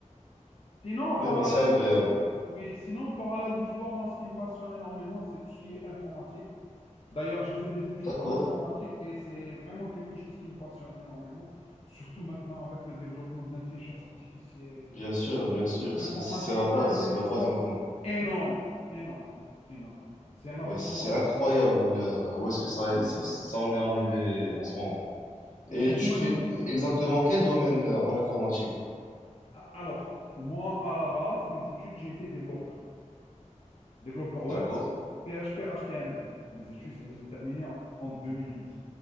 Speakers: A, on the left; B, on the left.
A: Sinon, en
B: Mais
A: parallèle,
B: bon, c'est agréable.
A: oui, sinon, en parallèle du sport, moi, ce qui me passionne énormément, c'est tout ce qui est informatique. D'ailleurs, j'ai fait des études
B: D'accord,
A: en informatique et c'est vraiment quelque chose qui me passionne énormément, surtout maintenant avec le développement de l'intelligence artificielle
B: bien
A: et
B: sûr, bien sûr,
A: l'informatique
B: c'est c'est- c'est la base,
A: a un essor
B: c'est la base maintenant.
A: énorme, énorme, énorme. C'est un avancement
B: Ouais, c'est c'est incroyable
A: énorme,
B: euh, où est-ce que ça,
A: oui.
B: ça, ça en est
A: oui.
B: arrivé en ce moment.
A: Et,
B: Et
A: et
B: tu
A: j'imagine,
B: fais exactement quel domaine euh, en informatique?
A: a- alors, moi, à la base, mes études, j'ai été développeur, développeur
B: D'accord,
A: web, PHP, HTML. Mes études, je les ai terminées en, en 2012.